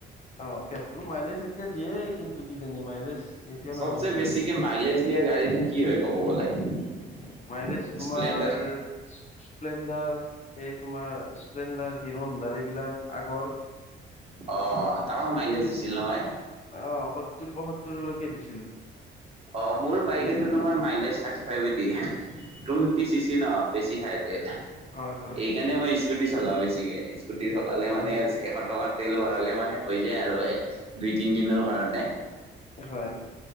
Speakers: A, on the left; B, on the right.
A: অ পেট্ৰল মাইলেজ এতিয়া দিয়ে কিন্তু কিজানি মাইলেজ এতিয়া
B: চবচে
A: নহয়।
B: বেছিকে মাইলেজ দিয়া গাড়ীটো কি হয় <inaudible>
A: মাইলেজ তোমাৰ
B: স্প্লেণ্ডাৰ
A: স্প্লেণ্ডাৰ এই তোমাৰ স্প্লেণ্ডাৰ হিৰো হডাৰ এইবিলাক আগৰ।
B: অ' তামাম মাইলেজ দিছিল নহয়।
A: অহ, সত্তৰ পয়সত্তৰলৈকে দিছিল।
B: অ' মোৰ বাইকো তোমাৰ মাইলেজ থ্ৰাৰ্টি ফাইভ দিয়ে টু ফ্ৰিফটি চিচি ন বেছি খাই। এই
A: হয় হয়
B: এইকাৰণে মই স্কুটি চলাওঁ বেছিকে। স্কুটি চলালে
A: হয়
B: মানে
A: নেকি
B: এশ টকাত। তেল ভৰালে মানে হৈ যায় আৰু হ দুই তিনি দিনৰ কাৰণে।
A: হয়,